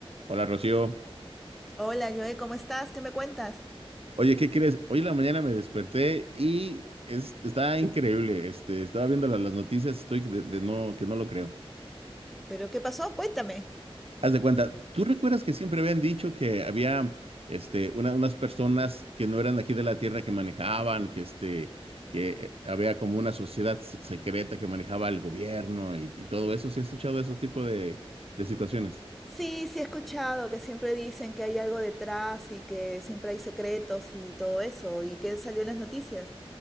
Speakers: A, on the right; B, in the centre.
A: Hola, Rocío.
B: Hola, Joe, ¿cómo estás? ¿Qué me cuentas?
A: Oye, ¿qué crees? Hoy en la mañana me desperté y es, está increíble. Este, estaba viendo la- las noticias y estoy de, de no, que no lo creo.
B: ¿Pero qué pasó? Cuéntame.
A: Haz de cuenta, ¿tú recuerdas que siempre habían dicho que había este, una- unas personas que no eran aquí de la Tierra que manejaban, que, este, que había como una sociedad s- secreta que manejaba el gobierno y, y todo eso? ¿Sí has escuchado de esos tipos de, de situaciones?
B: Sí, sí he escuchado que siempre dicen que hay algo detrás y que siempre hay secretos y todo eso. ¿Y qué salió en las noticias?